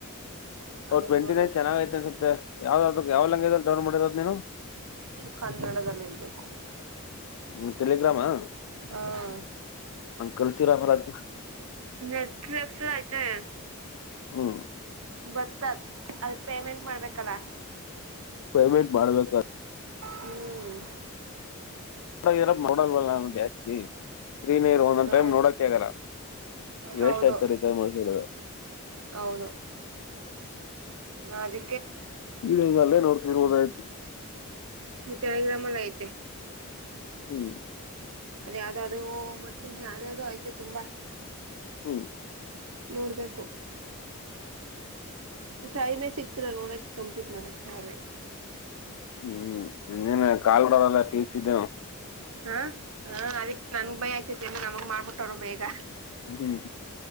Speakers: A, on the left; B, on the right.
A: ಅವ
B: ಅದನ್ನ
A: ಟ್ವೆಂಟಿ
B: ನೋಡೋಣ
A: ನೈನ್ ಚೆನ್ನಾಗ ಐತೆ ಅನ್ಸುತ್ತೆ ಯಾವ್ದಾವ್ದು ಯಾವ್ ಲಂಗಗೆ ಇ ಡೌನ್ ಮಾಡದ ನೀನು
B: ಕನ್ನಡದಲ್ಲಿರಬೇಕು
A: ಹ್ಮ ತೆಲಗ್ರಾಮಾ
B: ಹ
A: ಕಳ್ಸಿರಲ್ಲ ಅದು
B: ಎಟ್ ಲಕ್ಷ ಆಯತ ಹ
A: ಹ್ಮ್
B: ಬತ್ತತ್ ಅದಕ್ಕೆ ಪೇಮೆಂಟ್ ಮಾಡ್ಬೇಕಲ್ಲ
A: ಪೇಮೆಂಟ್ ಮಾಡಬೇಕಾದ
B: ಹ್ಮ್
A: ನಡರ ನೋಡಲ್ವಲ್ಲ ನಾನು ಜಾಸ್ತಿ ರೀ ನೀರು ಒಂದೊಂದ್
B: ಹ
A: ಟೈಮ್ ನೋಡಕ್ ಆಗಾರ ವೇಸ್ಟ್
B: ಹೌದು
A: ಆಯ್ತ ರೀತಸಡುದ
B: ಹೌದು ನದ
A: ಇಗಲ್ಲೇ ನೋಡ್ತಿ ಇರುವುದಾಯ್ತು
B: ತಳಗ್ರಾಮಲ್ಲ ಐತೆ
A: ಹ್ಮ್
B: ಅದೇ ಯಾವ್ದೋ ಅದ ಮರ್ತೀನ್ಅದ ಅದು ಐಯ್ತೇ ತುಂಬಾ
A: ಹ್ಮ್
B: ನೋಡ್ಬೇಕು ಟೈಮೆ ಸಿಗ್ತಿರ ನೋಡಕ್ಕೆ ಕಂಪ್ಲೀಟ್ ಮಾಡಕ್ಕೆ ಹಾಗೆ
A: ಹ್ಮ್ ಇನ ಕಲ್ವಾಡಾಲ ಪಸಿದ್ದೇ
B: ಹಾ ಹಾ ಅದಕೆ ನನ್ಗ್ ಭೈಯಾ ಆಯ್ತತಿ ಅಂದ್ರ ನಮಗ್ ಮಾಡ್ಬಿಟ್ಟವರು ಬೇಗ
A: ಹ್ಮ್